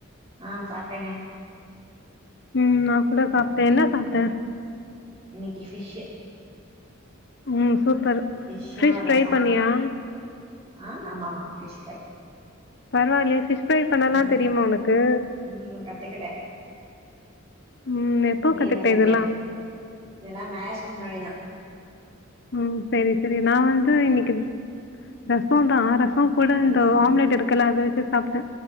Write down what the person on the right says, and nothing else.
ஆ சாப்ட்டேனே
ம்
இன்னைக்கு ஃபிஷ்ஷு
ஃபிஷ்ஷு
ரசோ
ஆ ஆமாமா ஃபிஷ் ஃப்ரை
ம்
ம் கத்துக்கிட்டே
நீ
என்ன செஞ்ச
இதெல்லா மேரேஜ்க்கு முன்னாடிதா
ம்
அது சரி.